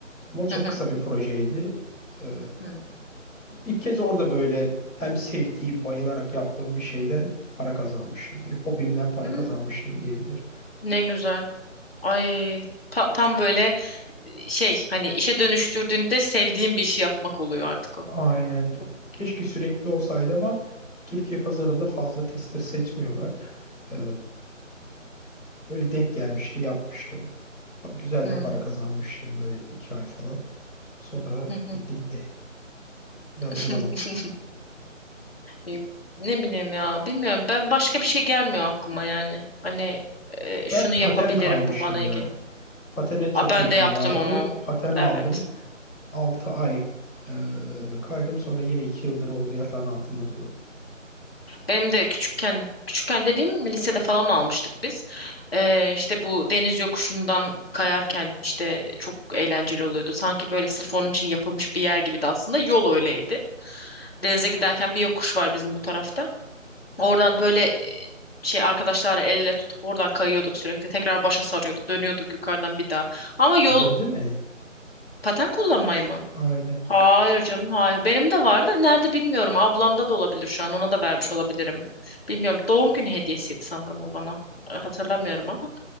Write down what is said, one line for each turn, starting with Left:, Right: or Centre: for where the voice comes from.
Centre: Ama çok
Left: Hı hı.
Centre: kısa bir projeydi. Ee,
Left: Hı.
Centre: ilk kez orada böyle hem sevdiğim, bayılarak yaptığım bir şeyden para kazanmıştım. Bir hobimden para
Left: Hmm,
Centre: kazanmıştım diyebilirim.
Left: Ne güzel. Ay ta- tam böyle şey hani işe dönüştürdüğünde sevdiğin bir işi yapmak oluyor artık o.
Centre: Aynen.
Left: Çok
Centre: Keşke sürekli olsaydı ama Türkiye pazarında fazla tester seçmiyorlar. Ee, öyle denk gelmişti, yapmıştım. Güzel
Left: Hı
Centre: de para kazanmıştım böyle iki ay falan. Sonra
Left: hı hı.
Centre: bitti gitti. Bir daha
Left: <laughs>
Centre: da bulamadım.
Left: E, Ne bileyim ya bilmiyorum ben başka bir şey gelmiyor aklıma yani hani e,
Centre: Ben
Left: şunu
Centre: paten
Left: yapabilirim
Centre: kaymıştım
Left: bu bana
Centre: bir
Left: ilgili.
Centre: ara. Patene çok
Left: A ben
Centre: ilgim
Left: de yaptım
Centre: vardı.
Left: onu
Centre: Paten aldım.
Left: evet
Centre: altı ay e, kaydım. Sonra yine 2 yıldır orada yatağın altında duruyorum.
Left: benim de küçükken küçükken dediğim lisede falan almıştık biz E, işte bu deniz yokuşundan kayarken işte çok eğlenceli oluyordu sanki böyle sırf onun için yapılmış bir yer gibiydi aslında yol öyleydi denize giderken bir yokuş var bizim bu tarafta. Oradan böyle e, şey arkadaşlarla el ele tutup oradan kayıyorduk sürekli. Tekrar başa sarıyorduk. Dönüyorduk yukarıdan bir daha. Ama yol
Centre: Unutmamışsındır değil mi?
Left: paten kullanmayı
Centre: Üş,
Left: mı?
Centre: Aynen.
Left: Hayır canım hayır. Benim de vardı. Nerede bilmiyorum. Ablamda da olabilir şu an. Ona da vermiş olabilirim. Bilmiyorum. Doğum günü hediyesiydi sanırım o bana. E, Hatırlamıyorum ama.